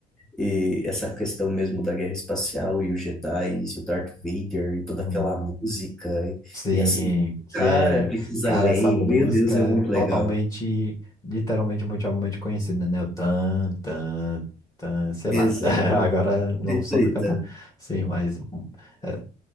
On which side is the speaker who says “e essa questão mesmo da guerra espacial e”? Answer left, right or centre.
Centre